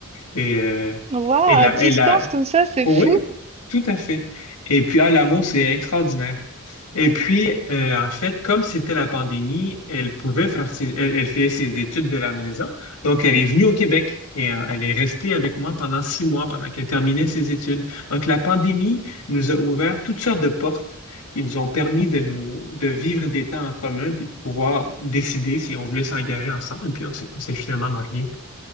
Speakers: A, on the left (about 80°); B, on the right (about 30°).
A: Et, euh,
B: Waouh,
A: et la,
B: à distance
A: et la,
B: comme ça, c'est
A: oui,
B: fou.
A: tout à fait. Et puis, ah, l'amour, c'est extraordinaire. Et puis, euh, en fait, comme c'était la pandémie, elle pouvait faire ses, elle, elle faisait ses études de la maison. Donc, elle est venue au Québec et euh, elle est restée avec moi pendant six mois pendant qu'elle terminait ses études. Donc, la pandémie nous a ouvert toutes sortes de portes qui nous ont permis de nous, de vivre des temps en commun puis de pouvoir décider si on voulait s'engager ensemble. Puis, on s'est, on s'est finalement mariés.